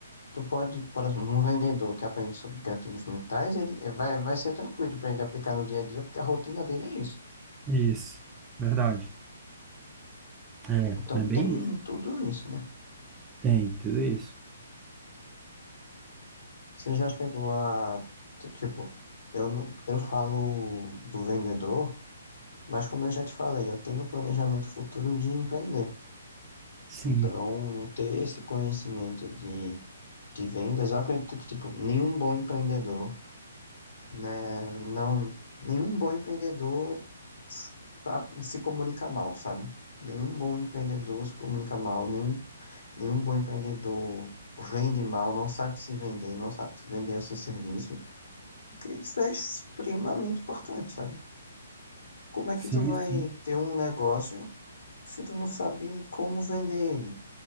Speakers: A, on the left (about 65°); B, on the right (about 15°).
A: tu pode, por exemplo, um vendedor que aprende sobre gatilhos mentais, ele vai, vai ser tranquilo para ele aplicar no dia a dia, porque a rotina dele é isso.
B: Isso, verdade. É,
A: Então
B: é
A: tem
B: bem isso.
A: tudo isso.
B: Tem tudo isso.
A: Você já chegou a. t- Tipo, eu, não- eu falo do vendedor, mas como eu já te falei, eu tenho um planejamento futuro de empreender.
B: Sim,
A: Então, ter esse conhecimento de, de vendas, eu acredito que, tipo, nenhum bom empreendedor, né? Não, nenhum bom empreendedor sabe, se comunica mal, sabe? Nenhum bom empreendedor se comunica mal, nenhum, nenhum bom empreendedor vende mal, não sabe se vender, não sabe vender o seu serviço. que Isso é extremamente importante, sabe? Como é
B: sim,
A: que tu vai
B: sim.
A: ter um negócio se tu não sabe como vender ele?